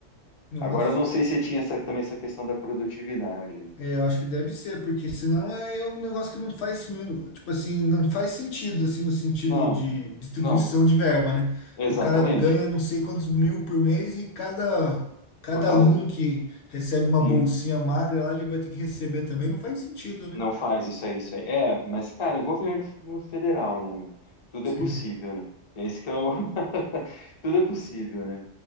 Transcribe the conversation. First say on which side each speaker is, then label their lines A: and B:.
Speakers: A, on the left (about 70°); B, on the left (about 35°).
A: nossa.
B: Agora eu não sei se tinha essa- também essa questão da produtividade aí.
A: É, eu acho que deve ser, porque senão é é um negócio que não faz mundo, tipo assim, não faz sentido, assim, no sentido
B: Não,
A: de distribuição
B: não,
A: de verba, né?
B: exatamente.
A: O cara ganha não sei quantos mil por mês e cada, cada
B: Por causa,
A: aluno que recebe uma
B: sim.
A: bolsinha magra lá, ele vai ter que receber também, não faz sentido, né?
B: Não faz isso aí, isso aí. É, mas, cara, é governo f- no federal, né, meu? Tudo
A: Sim,
B: é possível, né? É isso que é o... <laughs> Tudo é possível, né?